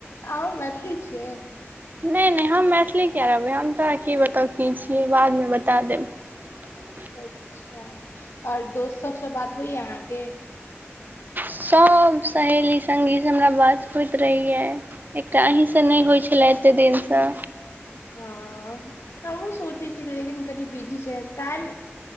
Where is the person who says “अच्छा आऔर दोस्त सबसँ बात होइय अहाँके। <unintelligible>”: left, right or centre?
Left